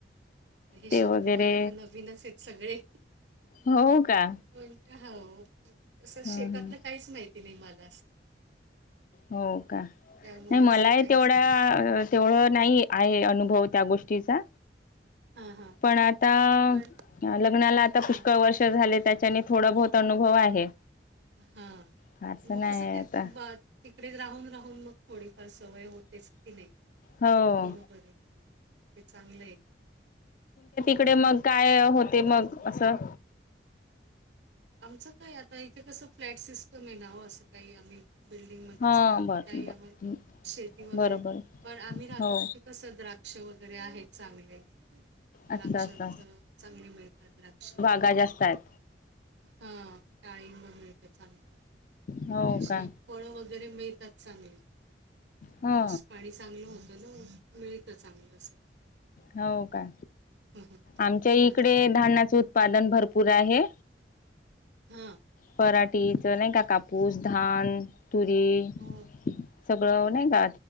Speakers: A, on the right; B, on the left.
A: हे
B: ते
A: शब्द
B: वगैरे
A: मला आता नवीनच आहेत सगळे.
B: हो का
A: पण हो, असं शेतातलं
B: हं, हं.
A: काहीच माहिती नाही मला असं.
B: हो का,
A: त्यामुळे
B: नाही
A: असं
B: मलाही
A: काहीच
B: तेवढ
A: नाही
B: तेवढं नाही आहे अनुभव त्या गोष्टीचा.
A: हां हां
B: पण
A: हां
B: आता
A: पण
B: लग्नाला आता
A: हां
B: पुष्कळ वर्ष झाले त्याच्याने थोडा बहुत अनुभव आहे.
A: हा,
B: फारसं
A: मग
B: नाही
A: कसं
B: आहे
A: ते
B: आता
A: बा तिकडे राहून राहून मग थोडीफार सवय होतेच की नाही?
B: हो
A: बरोबर आहे, हे चांगलं आहे.
B: इकडे मग काय होते मग असं
A: आमचं काय आता इथे कसं फ्लॅट सिस्टम आहे ना हो असं काही आम्ही बिल्डिंग मध्ये
B: हा
A: असल्यावरती
B: बर
A: काही
B: बर
A: आहे, शेती वगैरे,
B: बरोबर
A: पण आम्ही राहतो
B: हो
A: तिथे कस द्राक्ष वगैरे आहेत चांगले. द्राक्षांचं
B: असं असं
A: चांगली मिळतात द्राक्षे.
B: का जास्त आहेत?
A: हा डाळिंब मिळत चांगलं.
B: हो
A: म्हणजे असे
B: का
A: फळ वगैरे मिळतात चांगले,
B: ह
A: पाऊस पाणी चांगलं होतं न म मिळत चांगलं असं.
B: हो का,
A: हो
B: आमच्या
A: हो
B: इकडे
A: ना
B: धान्याचं उत्पादन भरपूर आहे,
A: हां
B: पराठीचं नाही का काप पूस, धान, तुरी,
A: हो
B: सगळं नाही का